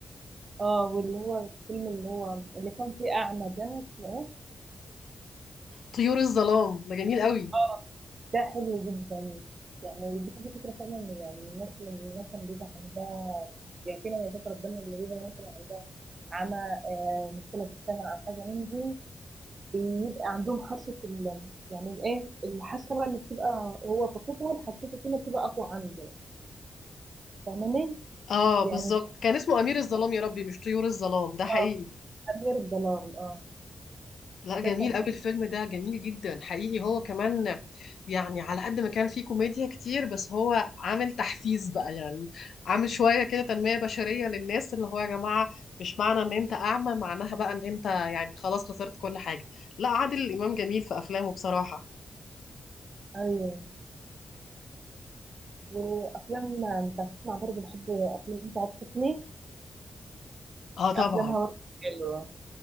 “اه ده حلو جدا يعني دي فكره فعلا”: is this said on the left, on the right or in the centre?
Right